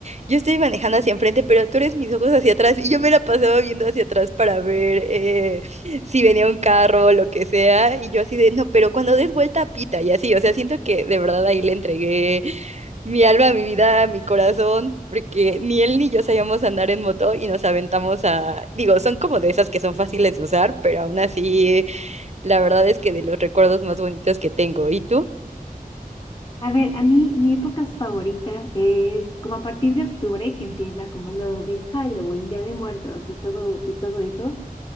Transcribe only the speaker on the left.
A ver, a mí mi época favorita es como a partir de octubre que empieza como lo de Halloween, Día de Muertos y todo y todo eso.